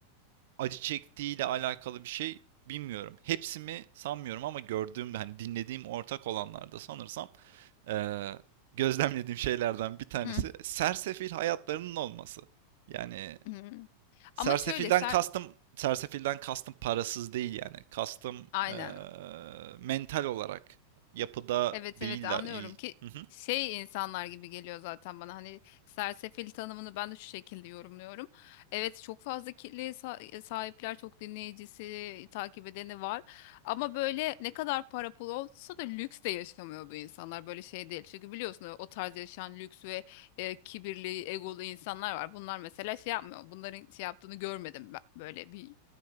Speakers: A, on the right (about 55°); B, on the left (about 50°).
A: acı çektiğiyle alakalı bir şey bilmiyorum. Hepsi mi sanmıyorum ama gördüğüm hani dinlediğim ortak olanlarda sanırsam eee, gözlemlediğim şeylerden bir tanesi
B: Hı
A: sersefil hayatlarının olması. Yani
B: hı.
A: sersefilden
B: Ama şöyle ser,
A: kastım sersefilden kastım parasız değil yani. Kastım
B: aynen.
A: eee, mental olarak yapıda
B: Evet
A: değiller
B: evet anlıyorum
A: iyi.
B: ki
A: Hı hı,
B: şey insanlar gibi geliyor zaten bana hani sersefil tanımını ben de şu şekilde yorumluyorum. Evet çok fazla kitleye sa- sahipler çok dinleyicisi takip edeni var ama böyle ne kadar para pul olsa da lüks de yaşamıyor bu insanlar böyle şey değil. Çünkü biliyorsun o tarz yaşayan lüks ve e, kibirli egolu insanlar var bunlar mesela şey yapmıyor bunların şey yaptığını görmedim ben böyle bir